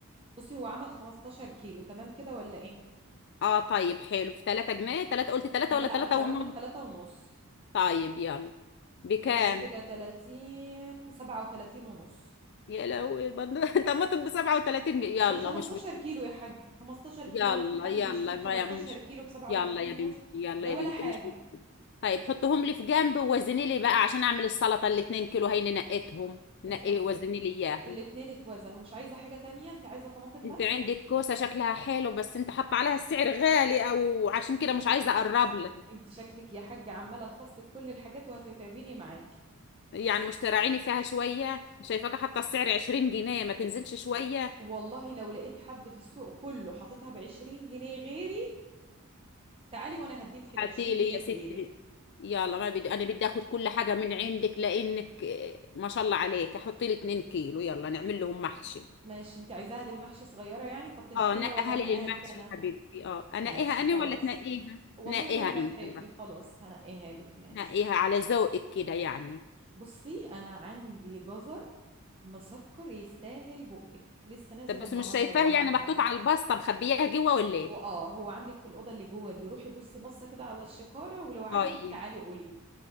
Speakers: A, on the right; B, on the left.
A: بصي هو عمل 15 كيلو تمام كده ولا إيه؟
B: اه طيب حلو في 3 جنيه 3 قلت 3
A: لا
B: ولا 3
A: إحنا
B: ونص
A: قلنا تلاتة ونص
B: طيب يلا بكام
A: ماشي كده 30 37 ونص
B: يا لهوي بند- <laughs> طب ما تبقى 37 <laughs> جنيه
A: ده
B: يلا
A: 15
B: مش مشكلة
A: كيلو يا حاج 15 كيلو
B: يلا
A: هو في حد
B: يلا
A: بيشتري 15
B: ما يعني مش
A: كيلو ب 37
B: يلا يا
A: ونص
B: بنتي يلا
A: ده
B: يا
A: ولا
B: بنتي
A: حاجة
B: مش مشكلة طيب حطهم لي في جنب ووزني لي بقى عشان اعمل السلطة الاتنين كيلو هيني نقيتهم نقي
A: اتفضل
B: وزني لي اياهم
A: الاتنين اتوزن ومش عايزة حاجة تانية انت عايزة طماطم
B: انت
A: بس
B: عندك كوسة شكلها حلو بس انت حاطه عليها السعر غالي او عشان كده مش عايزة اقرب لها
A: انت شكلك يا حاج عمالة تفصل في كل الحاجات وهتتعبيني معاكي
B: يعني مش تراعيني فيها شوية شايفاك حاطه السعر 20 جنيه ما تنزلش شوية
A: والله لو لقيتي حد في السوق كله حاططها ب 20 جنيه غيري تعالي وانا هديلك ال
B: هاتي
A: 20
B: لي
A: جنيه
B: يا
A: في
B: ستي
A: ايدك
B: يلا ما بدي انا بدي اخذ كل حاجه من عندك لانك آه، ما شاء الله عليك احط لي 2 كيلو يلا نعمل لهم محشي
A: ماشي انت عايزاها للمحشي صغيره يعني طب تنقيها
B: اه نقيها
A: ولا انقيها
B: لي للمحشي
A: لك انا
B: حبيبتي اه انقيها
A: ماشي
B: انا
A: خلاص
B: ولا تنقيها
A: والله
B: نقيها
A: زي ما
B: انت
A: تحبي
B: بقى
A: خلاص هنقيها لك ماشي
B: نقيها على ذوقك كده يعني
A: بصي انا عندي جزر مسكر يستاهل بقك لسه نازل
B: طب بس
A: النهارده
B: مش شايفاه
A: والله
B: يعني
A: عندي
B: محطوط على الباستا مخبياها جوه ولا
A: واه
B: ايه
A: هو عندك في الاوضه اللي جوه دي روحي بصي بصه كده على الشكاره ولو عجبك
B: طيب
A: تعالي قولي لي